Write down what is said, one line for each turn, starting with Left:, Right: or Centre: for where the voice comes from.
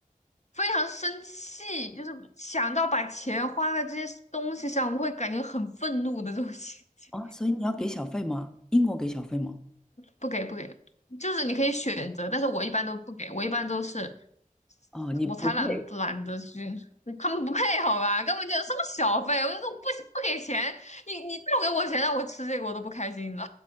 Left: 非常生气，就是想到把钱花在这些东西上，我会感觉很愤怒的这种心情。
Centre: 啊，哦所以你要给小费吗？英国给小费吗？
Left: 不给不给，就是你可以选择，但是我一般都不给，我一般都是
Centre: 哦，你不配。
Left: 我才懒懒得去，他们不配好吧？根本就什么小费，我就说不不给钱，你你不给我钱让我吃这个我都不开心了。